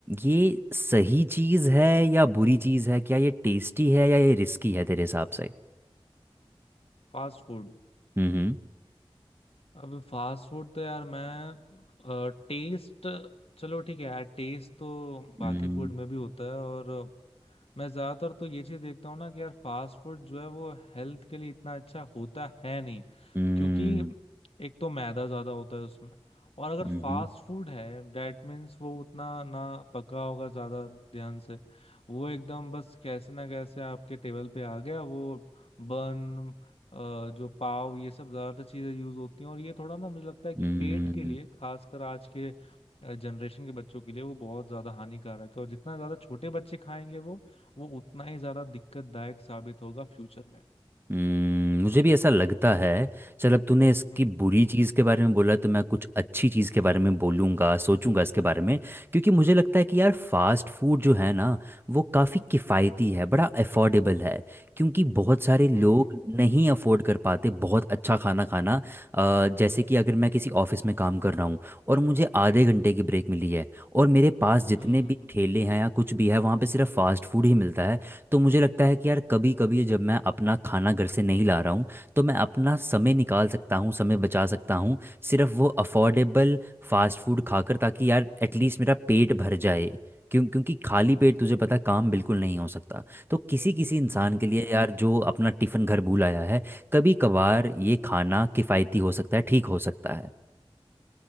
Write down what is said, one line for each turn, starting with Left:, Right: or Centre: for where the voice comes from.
Right: ये सही चीज़ है या बुरी चीज़ है क्या ये टेस्टी है या ये रिस्की है तेरे हिसाब से
Left: Fast food
Right: हम्म
Left: अब फास्ट फूड तो यार मैं टेस्ट चलो ठीक है यार टेस्ट तो बाकी
Right: हम्म
Left: फूड में भी होता है और मैं ज्यादातर तो ये चीज देखता हूँ ना कि यार फास्ट फूड जो है वो हेल्थ के लिए इतना अच्छा होता है नहीं
Right: हम्म
Left: क्योंकि एक तो मैदा ज्यादा होता है उसमें और अगर
Right: हम्म
Left: फास्ट फूड है डेट मीन्स वो उतना ना पका होगा ज्यादा ध्यान से वो एकदम बस कैसे ना कैसे आपके टेबल पे आ गया वो बन अ, जो पाव ये सब ज्यादातर चीजें यूज होती हैं और ये थोड़ा ना मुझे लगता है कि
Right: हम्म,
Left: पेट
Right: हम्म,
Left: के लिए खासकर आज के जनरेशन के बच्चों के लिए वो बहुत ज्यादा हानिकारक है और जितना ज्यादा छोटे बच्चे खाएंगे वो वो उतना ही ज्यादा दिक्कतदायक साबित होगा फ्यूचर में
Right: हम्म, मुझे भी ऐसा लगता है चल अब तूने इसकी
Left: हम्म
Right: बुरी चीज़ के बारे में बोला तो मैं कुछ अच्छी चीज़ के बारे में बोलूँगा सोचूंगा इसके बारे में क्योंकि मुझे लगता है कि यार फास्ट फूड जो है ना वो काफ़ी किफ़ायती है बड़ा अफोर्डेबल है क्योंकि बहुत सारे लोग
Left: हम्म
Right: नहीं अफोर्ड कर पाते बहुत अच्छा खाना खाना अ, जैसे कि अगर मैं किसी ऑफिस में काम कर रहा हूँ और मुझे आधे घंटे की ब्रेक मिली है और मेरे पास जितने
Left: हम्म हम्म
Right: भी
Left: हम्म,
Right: ठेले हैं या कुछ भी है वहाँ पे सिर्फ फास्ट फूड ही मिलता है तो मुझे लगता है कि यार कभी कभी जब मैं अपना खाना घर से नहीं ला रहा हूँ तो मैं अपना समय निकाल सकता हूँ समय बचा सकता हूँ सिर्फ वो अफोर्डेबल फास्ट फूड खाकर ताकि यार एटलीस्ट मेरा पेट भर जाए क्यों क्योंकि खाली पेट तुझे पता है, काम बिल्कुल नहीं हो सकता तो किसी किसी इंसान
Left: हम्म।
Right: के लिए यार जो अपना टिफ़िन घर भूल आया है कभी कभार ये खाना किफ़ायती हो सकता है ठीक हो सकता है